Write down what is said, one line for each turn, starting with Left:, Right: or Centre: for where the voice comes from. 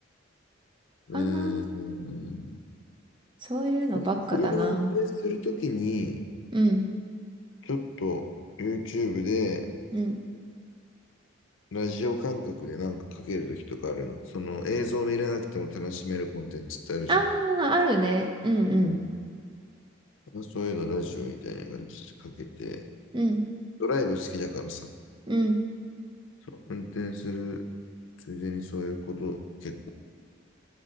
Left: うーん。
Right: かなー。そういうのばっかだな。
Left: あと、車運転するときに、
Right: うん。
Left: ちょっと YouTube で、
Right: うん。
Left: ラジオ感覚でなんかかけるときとかあるの。その映像見れなくても楽しめるコンテンツってあるじゃん。
Right: ああ、あるね。うんうん。
Left: うんそういうのラジオみたいな感じでかけて、
Right: うん。
Left: ドライブ好きだからさ、
Right: うん。
Left: そう運転するついでにそういうこと結